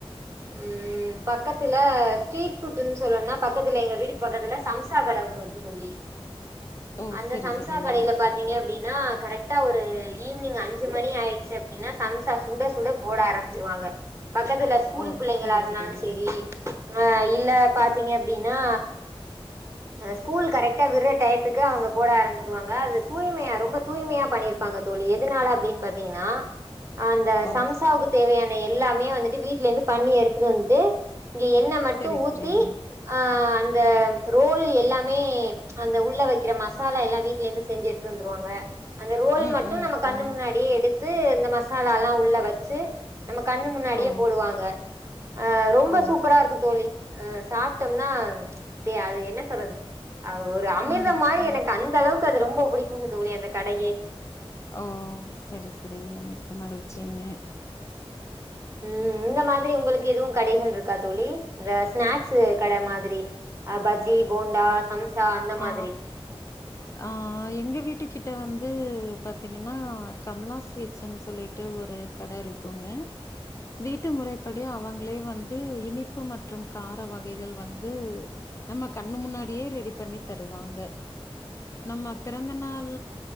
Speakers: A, on the right (about 25°); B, on the left (about 30°).
A: ம் பக்கத்துல ஸ்ட்ரீட் ஃபுட்ன்னு சொல்லனுனா பக்கத்துல எங்க வீட்டுக்கு பக்கத்துல சம்சா கடை ஒண்ணு இருக்கு தோழி
B: ஓ
A: அந்த
B: செரி
A: சம்சா
B: செரிங்க
A: கடைல பாத்தீங்க அப்டின்னா கரெக்டா ஒரு ஈவ்னிங் அஞ்சு மணி ஆயி அப்டின்னா சம்சா சுட சுட போட ஆரம்பிச் ச்சுருவாங்க பக்கத்துல ஸ்கூல்
B: ஓ
A: பிள்ளைங்களா
B: செரி
A: இருந்தாலும்
B: செரிங்க
A: சரி ஆ இல்ல பாத்தீங்க எப்டின்னா ஆ ஸ்கூல் கரெக்டா விடுற டயத்துக்கு அவங்க போட ஆரம்பிச்சிருவாங்க அது தூய்மையா ரொம்ப தூய்மையா பண்ணிருப்பாங்க தோழி எதுனால அப்படின்னு பாத்தீங்கன்னா அந்த
B: ஓ
A: சம்சாவுக்கு தேவையான எல்லாமே வந்துட்டு வீட்டுல இருந்து பண்ணி எடுத்துட்டு வந்து இங்க எண்ணெ மட்டு
B: செரி
A: ஊத்தி
B: செரிங்க
A: ஆ அந்த ரோல் எல்லாமே அந்த உள்ள வைக்கிற மசாலா எல்லா வீட்ல இருந்து செஞ்சு எடுத்து வந்துருவாங்க அந்த ரோல்
B: ம்
A: மட்டும்
B: ம்
A: நம்ம கண்ணு
B: ம்
A: முன்னாடியே எடுத் த்து இந்த மசாலா எல்லா உள்ள வச்சு நம்ம கண்ணு முன்னாடியே
B: ஓ
A: போடுவாங்க ஆ ரொம்ப
B: ஓ
A: சூப்பரா இருக்கும் தோழி ஆ சாப்ட்டோம்னா அ அது என்ன சொல்றது ஒரு அமிர்தம்
B: ம்
A: மாதிரி
B: ம்
A: எனக்கு அந்த அளவுக்கு அது ரொம்ப பிடிக்குங்க தோழி அந்த கடையே
B: ஓ சரி சரிங்க மிக்க மகிழ்ச்சிங்க
A: ம் இந்த மாதிரி உங்களுக்கு எதுவும் கடைகள் இருக்கா தோழி இந்த ஸ்நாக்ஸ் கடை மாதிரி பஜ்ஜி போண்டா சம் சா அந்த
B: ஆ
A: மாதிரி
B: ஆ எங்க வீட்டு கிட்ட வந்து பாத்தீங்கன்னா ஆ கமலா ஸ்வீட்ஸ்ன்னு சொல்லிட்டு ஒரு கடை இருக்குங்க வீட்டு முறைப்படி அவங்களே வந்து இனிப்பு மற்றும் கார வகைகள் வந்து நம்ம கண்ணு முன்னாடியே ரெடி பண்ணி தருவாங்க நம்ம பிறந்தநாள்